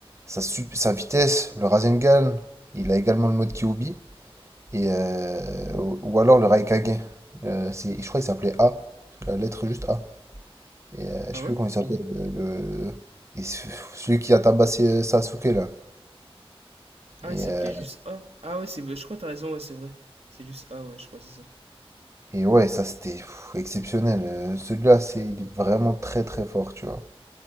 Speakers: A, on the right; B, on the right.
A: sa, su- sa vitesse, le Rasengan, il a également le mode Kyubi, et euh, ou, ou alors le Raikage. Euh, c'est, je crois qu'il s'appelait A, la lettre juste A. Et euh, je
B: Ah
A: sais
B: ouais
A: plus comment il s'appelle, le, le- et ce- celui qui a tabassé euh, Sasuke là.
B: Ah,
A: Et,
B: il s'appelait
A: euh,
B: juste A. Ah ouais, c'est, je crois que t'as raison, ouais, c'est vrai. C'est juste A, ouais, je crois, c'est ça.
A: et ouais, ça c'était pff, exceptionnel. Euh, Celui-là, c'est, il est vraiment très très fort, tu vois.